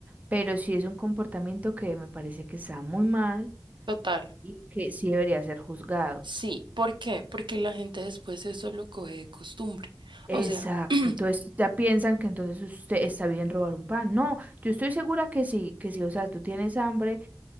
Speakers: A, on the right; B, on the right.
A: pero sí es un comportamiento que me parece que está muy mal
B: Total,
A: y que sí debería ser juzgado.
B: sí. ¿Por qué? Porque la gente después eso lo coge de costumbre.
A: Exacto,
B: O sea, <clears throat>
A: entonces ya piensan que entonces usted está bien robar un pan. No, yo estoy segura que sí, que sí, o sea, tú tienes hambre,